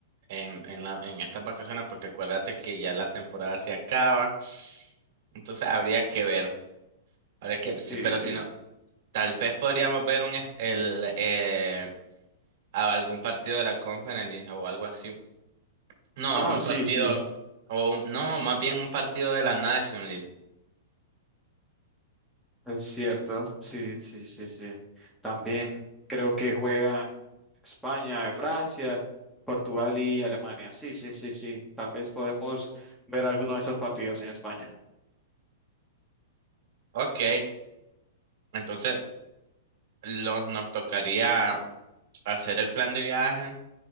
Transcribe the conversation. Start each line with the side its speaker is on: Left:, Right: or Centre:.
Right: en, en la- en estas vacaciones, porque acuérdate que ya la temporada se acaba, entonces habría que ver, habría que, sí,
Centre: Sí,
Right: pero
Centre: sí.
Right: si no, tal vez podríamos ver un es- el, eh, a algún partido de la Conference League o algo así. No,
Centre: Ah,
Right: un
Centre: sí,
Right: partido,
Centre: sí.
Right: o un- no, más bien un partido de la Nation League.
Centre: Es cierto, sí, sí, sí, sí. También creo que juegan España, Francia, Portugal y Alemania. Sí, sí, sí, sí. Tal vez podemos ver alguno de esos partidos en España.
Right: Ok, entonces los, nos tocaría hacer el plan de viaje.